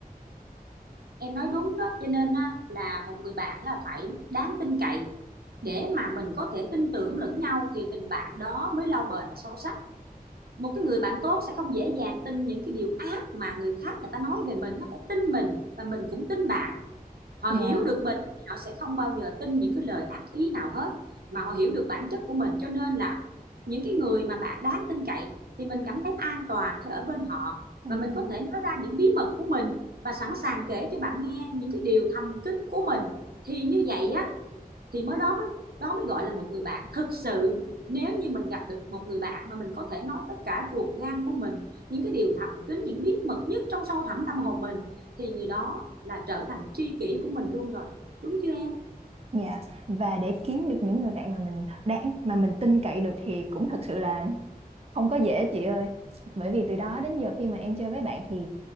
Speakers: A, on the right; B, on the right.
A: em nói đúng đó cho nên á, là một người bạn là phải đáng tin cậy để mà mình có thể tin tưởng lẫn nhau thì tình bạn đó mới lâu bền và sâu sắc một cái người bạn tốt sẽ không dễ dàng tin những cái điều ác mà người khác người ta nói về mình nó phải tin mình và mình cũng tin bạn họ
B: Dạ
A: hiểu được mình thì họ sẽ không bao giờ tin những cái lời ác ý nào hết mà họ hiểu được bản chất của mình cho nên là những cái người mà bạn đáng tin cậy thì mình cảm thấy an toàn khi ở bên họ
B: dạ
A: và mình có thể nói ra những bí mật của mình và sẵn sàng kể cho bạn nghe những cái điều thầm kín của mình thì như vậy á thì mới đó mới đó mới gọi là một người bạn thực sự nếu như mình gặp được một người bạn mà mình có thể nói tất cả ruột gan của mình những cái điều thầm kín những bí mật nhất trong sâu thẳm tâm hồn mình thì người đó là trở thành tri kỷ của mình luôn rồi đúng chưa em
B: dạ và để kiếm được những người bạn mà mình đáng mà mình tin cậy được thì cũng thật sự là không có dễ chị ơi bởi vì từ đó đến giờ khi mà em chơi với bạn thì